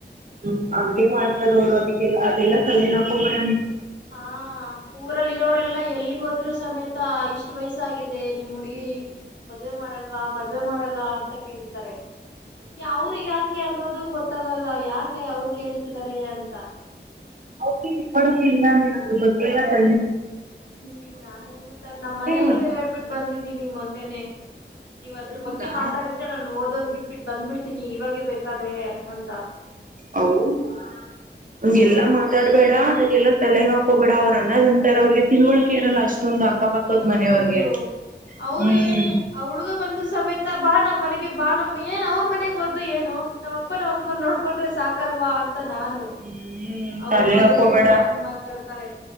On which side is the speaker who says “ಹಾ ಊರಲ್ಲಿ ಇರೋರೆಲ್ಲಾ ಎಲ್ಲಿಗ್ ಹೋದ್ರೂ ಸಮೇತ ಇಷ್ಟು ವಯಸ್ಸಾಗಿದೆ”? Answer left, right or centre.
Left